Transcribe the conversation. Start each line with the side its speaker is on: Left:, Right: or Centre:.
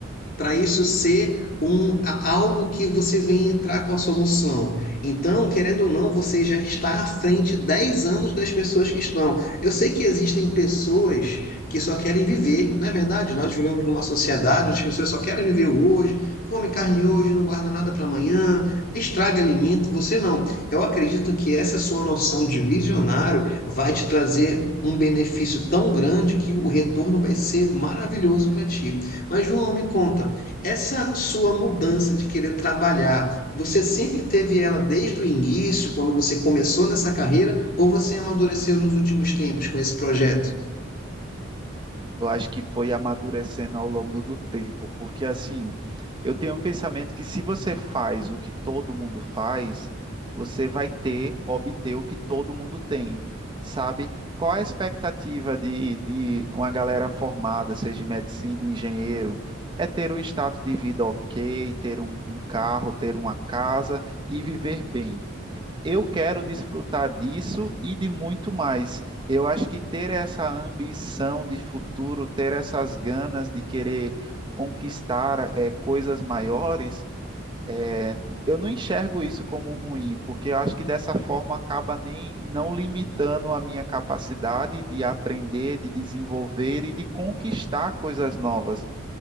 Left: para isso ser um, a- algo que você vem entrar com a solução. Então, querendo ou não, você já está à frente 10 anos das pessoas que estão. Eu sei que existem pessoas que só querem viver, não é verdade? Nós vivemos numa sociedade onde as pessoas só querem viver o hoje, come carne hoje, não guarda nada para amanhã, estraga alimento, você não. Eu acredito que essa sua noção de visionário vai te trazer um benefício tão grande que o retorno vai ser maravilhoso para ti. Mas, João, me conta, essa sua mudança de querer trabalhar, você sempre teve ela desde o início, quando você começou nessa carreira, ou você amadureceu nos últimos tempos com esse projeto?
Right: Eu acho que foi amadurecendo ao longo do tempo, porque assim, eu tenho um pensamento que se você faz o que todo mundo faz, você vai ter, obter o que todo mundo tem, sabe? Qual é a expectativa de, de uma galera formada, seja em medicina, engenheiro? É ter um status de vida ok, ter um um carro, ter uma casa e viver bem eu quero desfrutar disso e de muito mais. Eu acho que ter essa ambição de futuro, ter essas ganas de querer conquistar eh, coisas maiores, eh, eu não enxergo isso como ruim, porque eu acho que dessa forma acaba nem não limitando a minha capacidade de aprender, de desenvolver e de conquistar coisas novas.